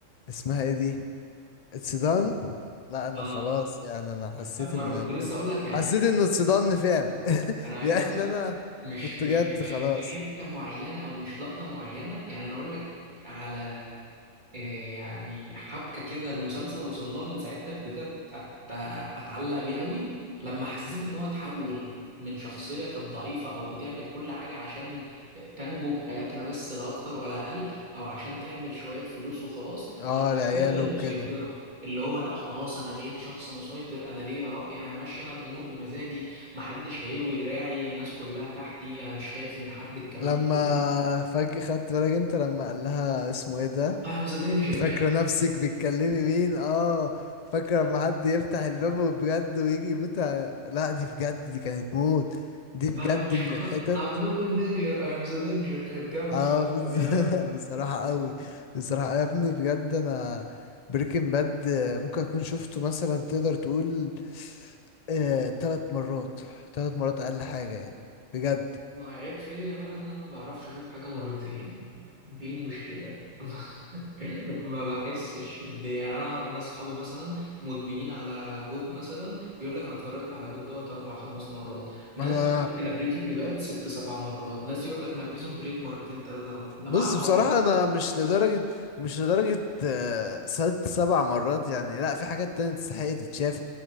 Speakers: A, on the left; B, on the right.
A: اسمها ايه دي اتسدان لا انا
B: اه
A: خلاص يعني انا حسيت
B: ما
A: ان
B: انا كنت لسه
A: إن-
B: اقول لك يعني
A: حسيت انه اتصدمني فعلا <laughs>
B: انا عايز
A: يعني
B: اقول لك
A: انا
B: مش
A: كنت
B: مش
A: جبت
B: مش
A: خلاص
B: مش حته معينه او مش لقطه معينه يعني انا اقول لك على إيه يعني حبكة كده المسلسل وصلها من ساعتها ابتديت أت- أتعلق بيه قوي لما حسيت
A: مم.
B: إن هو اتحول من شخصية كانت ضعيفة أو بتعمل كل حاجة عشان تنجو بحياتها بس لا أكتر ولا أقل أو عشان تعمل شوية فلوس وخلاص
A: اه
B: لشخصية
A: لعياله
B: بقت
A: وكده
B: مسيطرة اللي هو لا خلاص أنا بقيت شخص مسيطر أنا ليا رأي أنا همشي أنا الأمور بمزاجي محدش هيلوي دراعي الناس كلها تحتي أنا مش خايف من حد الكلام
A: لما
B: ده
A: فجأة خدت بالك انت لما قال لها اسمه ايه ده
B: I am the danger
A: فاكرة نفسك بتكلمي مين اه فاكرة لما حد يفتح الباب بجد ويجي يموت ع- لا دي بجد دي كانت موت دي بجد
B: انا مش
A: من
B: بخاف
A: الحتت
B: I'm not in danger I am the danger كانت جامدة
A: اه
B: اللقطة
A: بص...
B: دي
A: <laughs>
B: أوي
A: بصراحة قوي بصراحة يا ابني بجد انا بريكنج باد ممكن اكون شفته مثلا تقدر تقول آه... تلات مرات تلات مرات اقل حاجة يعني بجد
B: ما عيب فيا بقى ان انا ما بعرفش اشوف حاجة مرتين دي المشكلة <laughs> ما بحسش بالدنيا يعني انا اعرف ناس صحابي مثلا مدمنين على جوت مثلا يقول لك انا اتفرجت على جوت دوت اربع خمس مرات ناس
A: انا
B: يقول لك انا بريكنج باد ست سبع مرات ناس يقول لك انا بريزون بريك مرتين ثلاثة اربعة يا جماعة
A: بس
B: أنا
A: بصراحة
B: ما بعرفش
A: أنا مش لدرجة مش لدرجة آه، ست سبع مرات يعني لأ في حاجات تانية تستحق تتشاف